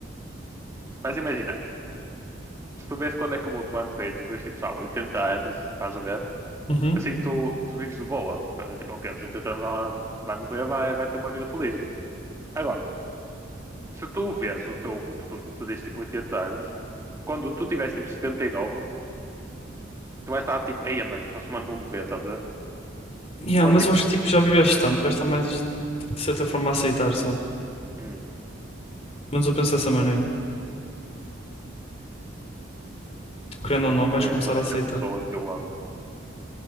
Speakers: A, on the right; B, on the left.
A: Mas imagina, se tu vês quando é que o outro vai morrer, e tu vês tipo, sei lá, 80 anos, estás a ver?
B: Uhum.
A: Assim tu, tu vives de boa. É Tipo, ok, aos 80 anos ela vai morrer, vai, vai ter uma vida feliz. Agora, se tu vês o teu futuro e tu dizes tipo 80 anos, quando tu tiveres tipo 79, tu vais estar tipo, ei, mano, próximo ano vou morrer, estás a ver?
B: Yeah,
A: Enquanto
B: mas
A: tipo,
B: eu acho que, tipo, já viveste tanto, vais estar mais, tipo, de certa forma, a aceitar só.
A: Hum,
B: Mas eu penso dessa maneira. Tipo, querendo
A: eu
B: ou não,
A: preferia
B: vais começar
A: quando
B: a
A: é
B: aceitar.
A: que a pessoa que eu amo